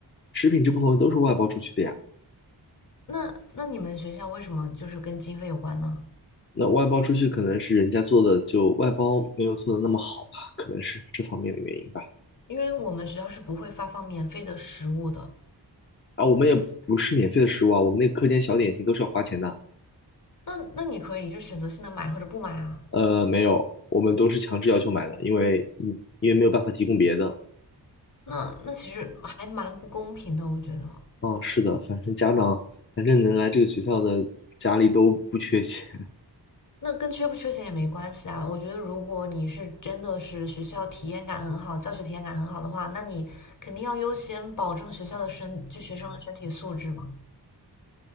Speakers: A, on the left (about 30°); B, on the left (about 45°).
A: 食品这部分都是外包出去的呀，
B: 那那你们学校为什么就是跟经费有关呢？
A: 那外包出去可能是人家做的就外包没有做的那么好吧，可能是这方面的原因吧。
B: 因为我们学校是不会发放免费的食物的。
A: 啊，我们也不是免费的食物啊，我们那个课间小点心都是要花钱的。
B: 那那你可以就选择性的买或者不买啊。
A: 呃，没有，我们都是强制要求买的，因为你因为没有办法提供别的。
B: 那那其实还蛮不公平的，我觉得。
A: 嗯，是的，反正家长，反正能来这个学校的家里都不缺钱。
B: 那跟缺不缺钱也没关系啊。我觉得，如果你是真的是学校体验感很好，教学体验感很好的话，那你肯定要优先保证学校的身，就学生的身体素质嘛。